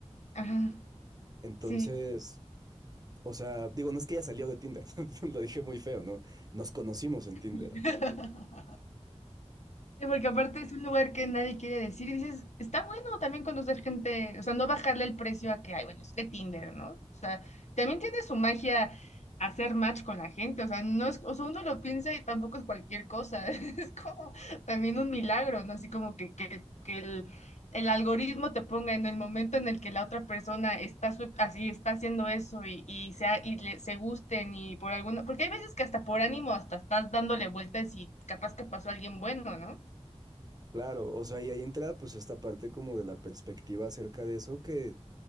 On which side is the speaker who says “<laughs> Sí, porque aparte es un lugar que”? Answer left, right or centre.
Left